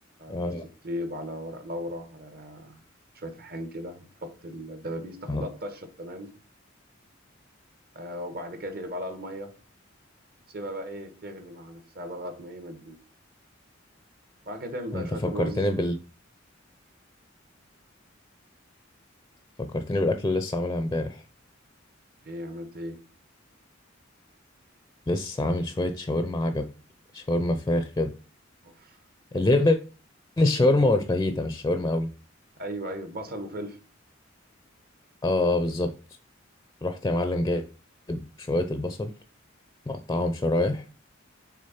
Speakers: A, on the left; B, on the right.
A: آه.
B: جوز الطيب على ورق لورا على شويه ريحان كده وتحط الدبابيس تاخد
A: آه.
B: لها الطشه تمام آه، وبعد كده تقلب عليها الميه وتسيبها بقى ايه تغلي مع نفسها بقى لغايه ما ايه ما تدوب وبعد كده تعمل بقى
A: أنت
B: شويه
A: فكرتني
B: الرز
A: بال فكرتني بالأكل اللي لسه عاملها إمبارح
B: ايه عملت ايه
A: لسه عامل شوية شاورما عجب شاورما فراخ كده
B: اوف
A: اللي هي بين الشاورما والفاهيتا مش شاورما قوي
B: ايوه ايوه بصل وفلفل
A: اه آه، بالظبط رحت يا معلم جايب شوية البصل مقطعهم شرايح